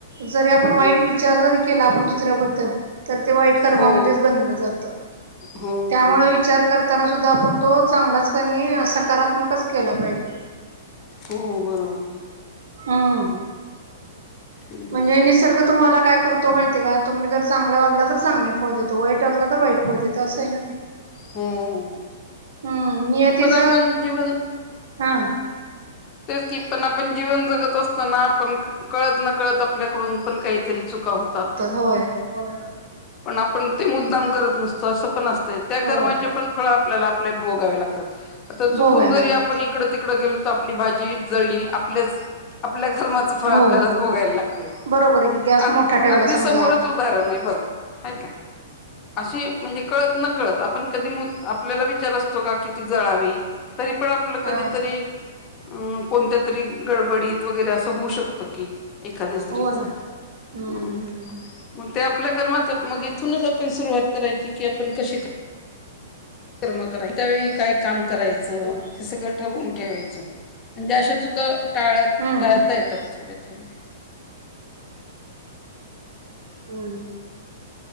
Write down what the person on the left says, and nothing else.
हो
हो
हो हो
हो बरोबर
बरोबर.
हम्म
पण आपण जीवन
तेच की पण आपण जीवन जगत असताना आपण कळत न कळत आपल्याकडून पण काही चु होतात
पण आपण ते मुद्दाम करत नसतो असं पण असतं त्या
कर्माचे पण फळ आपल्याला आपले भोगावे लागतात. आता चुकून
जरी
आपण इकड तिकडडे गेलो तर आपली भाजी जळ ली, आपल्याच आपल्या कर्माचं फळ
आपल्यालाच भोगायला लागतय.
अ
अगदी
समोरच उदाहरण आहे बघ है का. अशी म्हणजे कळत न कळत आपण कधी आपल्याला विचार असतो का किती जळावी? तरी पण आपलं
कधीतरी अं कोणत्या तरी गडबडीत वगैरे असं होऊ शकतं की एखाद्या स्त्रीचं,
हं
मग ते आपल्या कर्माचं मग इथूनच आपण सुरुवात करायची की, आपण कशी कर्म करा त्यावेळी काय काम करायचं,
हे सगळं ठरवून ठेवायचं, म्हणजे अशा चुका टाळत
टाळता
येतात थोड्या थोड